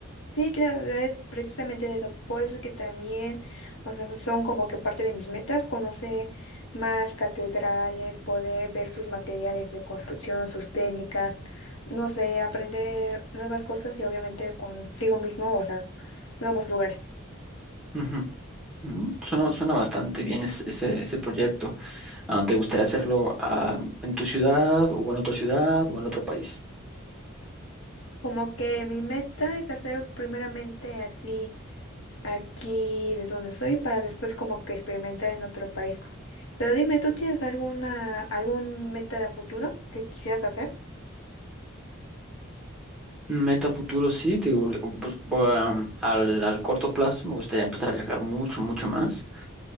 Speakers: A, on the left; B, in the centre.
A: Sí, claro, es precisamente eso. Por eso que también, o sea, son como que parte de mis metas, conocer más catedrales, poder ver sus materiales de construcción, sus técnicas, no sé, aprender nuevas cosas y obviamente consigo mismo, o sea, nuevos lugares.
B: Ujú, ujú. Suena, suena bastante bien es- ese, ese proyecto. Ah, ¿te gustaría hacerlo ah, en tu ciudad o en otra ciudad o en otro país?
A: Como que mi meta es hacer primeramente así aquí de donde soy para después como que experimentar en otro país. Pero dime, ¿tú tienes alguna, algún meta de futuro que quisieras hacer?
B: Meta futuro, sí, te digo, pues, um, al, al corto plazo me gustaría empezar a viajar mucho, mucho más.